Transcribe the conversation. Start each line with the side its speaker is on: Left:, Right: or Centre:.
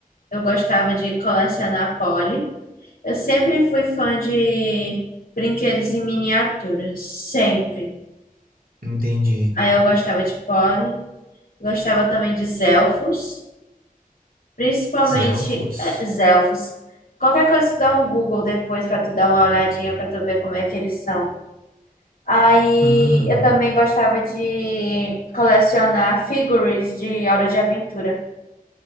Left: Eu gostava de colecionar Polly. Eu sempre fui fã de brinquedos em miniatura, sempre.
Right: Entendi.
Left: Aí eu gostava de Polly, gostava também de Zelfos, principalmente
Right: Zelfos.
Left: é, Zelfos. Qualquer coisa, tu dá um Google depois pra tu dar uma olhadinha pra tu ver como é que eles são. Aí
Right: Hum.
Left: eu também gostava de colecionar figurines de Hora de Aventura.